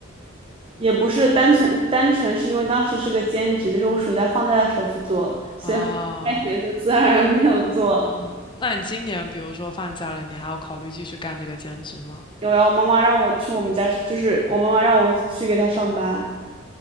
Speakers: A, on the right (about 25°); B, on the left (about 25°).
A: 也不是单纯单纯是因为当时是个兼职，就是我暑假放假的时候去做了，
B: 啊，
A: 开学就自然而然没有做了。
B: 嗯，那你今年比如说放假了，你还要考虑继续干这个兼职吗？
A: 有呀，我妈妈让我去我们家，就是我妈妈让我去给她上班。